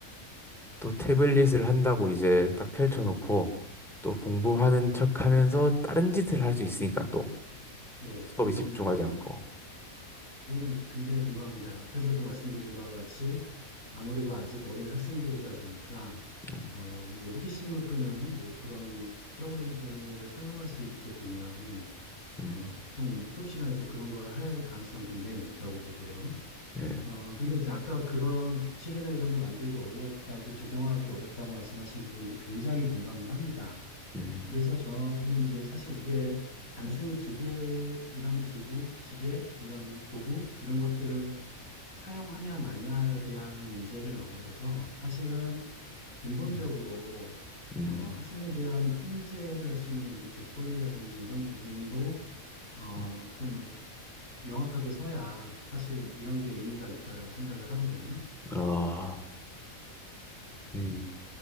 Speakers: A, in the centre; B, on the left.
A: 또 태블릿을 한다고 이제 딱 펼쳐놓고 또 공부하는 척 하면서 다른 짓을 할 수 있으니까 또
B: 네,
A: 수업에
B: 그거는,
A: 집중하지 않고
B: 그거는 굉장히 공감합니다. 앞에서도 말씀드린 바와 같이 아무래도 아직 어린 학생들이다 보니까,
A: 음,
B: 어, 이뭐 호기심을 끄는 뭐 그런 프로그램들을 사용할 수 있게 두면,
A: 음,
B: 어, 좀 수업 시간에도 그런 걸 할 가능성이 굉장히 높다고 보고요.
A: 네.
B: 어, 근데 이제 아까 그런 규칙이나 이런 거 만들기 어렵다고, 적용하기 어렵다고 말씀하신 부분도 굉장히 공감을 합니다.
A: 음,
B: 그래서 저는 이제 사실 이게 단순히 기계, 이런 기구, 기계, 이런 도구, 이런 것들을 사용하냐 마냐에 대한 문제를 넘어서서 사실은 근본적으로
A: 음, 음,
B: 어, 학생에 대한 통제를 할 수 있는 이제 교권이라든지 이런 부분도 어,
A: 음.
B: 좀 명확하게 서야 사실 이런 게 의미가 있다라고 생각을 하거든요.
A: 아, 음.